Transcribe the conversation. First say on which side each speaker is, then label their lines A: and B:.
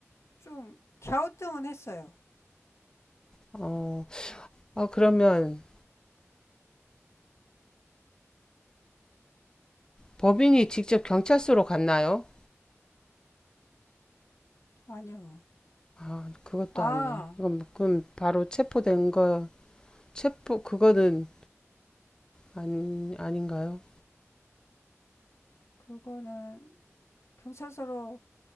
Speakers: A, on the left; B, on the left.
A: 좀 갸우뚱은 했어요.
B: 어, 아, 그러면 법인이 직접 경찰서로 갔나요?
A: 아니요.
B: 아, 그것도
A: 아
B: 아니에요. 그럼, 그럼 바로 체포된 거, 체포, 그거는 아니, 아닌가요?
A: 그거는 경찰서로